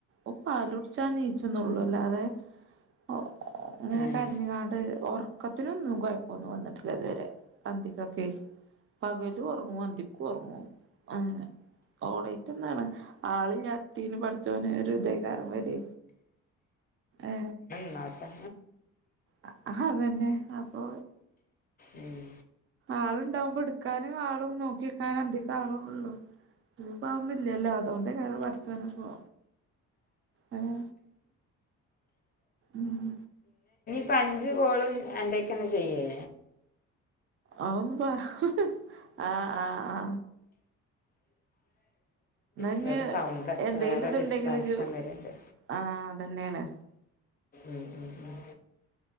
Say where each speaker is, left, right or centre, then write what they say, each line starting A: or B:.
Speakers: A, on the right (about 45°); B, on the left (about 30°).
A: ഓൻ പാലുട്ച്ചാൻ നീച്ചുംന്നൊള്ളൂ അല്ലാതെ ഹ് ഇങ്ങനെ
B: ഉം.
A: കരഞ്ഞ്കാണ്ട് ഒർ ക്കത്തിനൊന്നും കൊയപ്പൊന്നും വന്നിട്ടില്ല ഇത് വരെ അന്തിക്കൊക്കെയ് പകലും ഒർങ്ങും അന്തിക്കും ഒർങ്ങും എ ഓളെയ്ട്ട് ന്നാണ് ആൾ ഇല്ലാത്തീൻ പടച്ചോനെ ഒര് ദ്എയ്ക്കാരം വരേ ഏ
B: ന്നോട്ടെ
A: അ അ അതെന്നെ അപ്പൊ
B: ഉം
A: ആള്ണ്ടാവുമ്പോ ഇട്ക്കാനും ആളും നോക്കിക്കാനും എന്തൊക്കാ ആളുംള്ളോ ഇതിപ്പോ ഒന്നും ഇല്ലല്ലോ അതോണ്ടെയിക്കാരം പട്ച്ചോൻ ഇപ്പോ ഉം ഉം
B: ഇപ്പ അഞ്ച് കോളും അൻ്റെയ്ക്കെന്നെ ചെയ്യേ
A: അഹ്‌ ഒന്നും പർ ആ ആ ആ ഇഞ്ഞ്
B: ഇവടെ സൗണ്ട് ഒക്കെ
A: എന്തെങ്കിലും
B: വേറെ
A: ഇതുണ്ടെങ്കില്
B: ഡിസ്ട്രാക്ഷൻ
A: ഇജ്ജ്
B: വെര്ണ്ട്
A: ആഹ് അതന്നെയാണ്
B: ഉം ഉം ഉം